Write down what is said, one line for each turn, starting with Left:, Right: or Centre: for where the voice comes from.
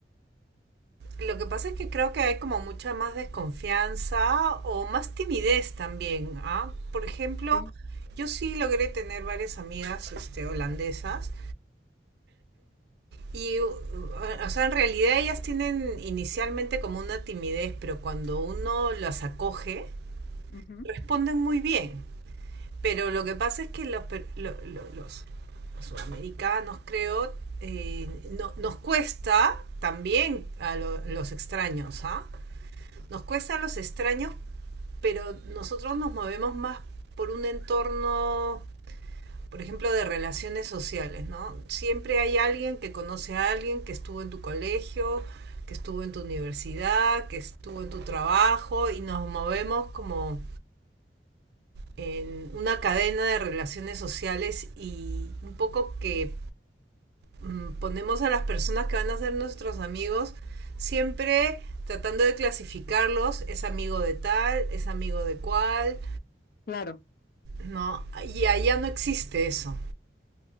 Right: Lo que pasa es que creo que hay como mucha más desconfianza o más timidez también, ¿ah? Por ejemplo,
Left: Sí.
Right: yo sí logré tener varias amigas este, holandesas y, u- o sea, en realidad ellas tienen inicialmente como una timidez, pero cuando uno las acoge,
Left: ujú.
Right: responden muy bien. Pero lo que pasa es que los, per- lo- lo- los, los sudamericanos, creo, eh, no- nos cuesta también a lo- los extraños, ¿ah? Nos cuesta a los extraños pero nosotros nos movemos más por un entorno, por ejemplo, de relaciones sociales, ¿no? Siempre hay alguien que conoce a alguien que estuvo en tu colegio, que estuvo en tu universidad, que estuvo en tu trabajo y nos movemos como en una cadena de relaciones sociales y un poco que mmm, ponemos a las personas que van a ser nuestros amigos siempre tratando de clasificarlos, es amigo de tal, es amigo de cual,
Left: Claro,
Right: No, y allá no existe eso.